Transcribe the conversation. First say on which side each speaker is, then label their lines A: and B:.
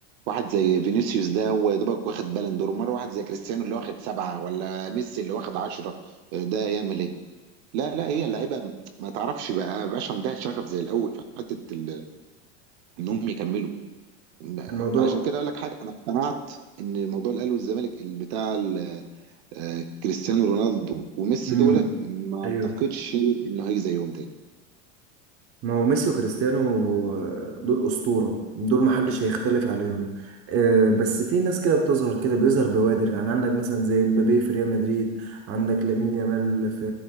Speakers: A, on the right (about 60°); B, on the right (about 35°).
A: واحد زي فينيسيوس ده هو يا دوبك واخد بالون دور مره واحد زي كريستيانو اللي واخد سبعه ولا ميسي اللي واخد عشرة ده يعمل ايه لا لا هي اللعيبه ما تعرفش بقى ما بقاش عندها شغف زي الاول في حته ال- انهم يكملوا إن-
B: الموضوع
A: فعشان كده اقول لك حاجه انا اقتنعت ان موضوع الاهلي والزمالك اللي بتاع ال- آه، كريستيانو رونالدو وميسي
B: امم
A: دولت ما
B: ايوه
A: اعتقدش انه هيجي زيهم تاني
B: ما هو ميسي وكريستيانو آه، دول أسطورة دول محدش هيختلف عليهم آه، بس في ناس كده بتظهر كده بيظهر بوادر يعني عندك مثلا زي مبابي في ريال مدريد عندك لامين يامال في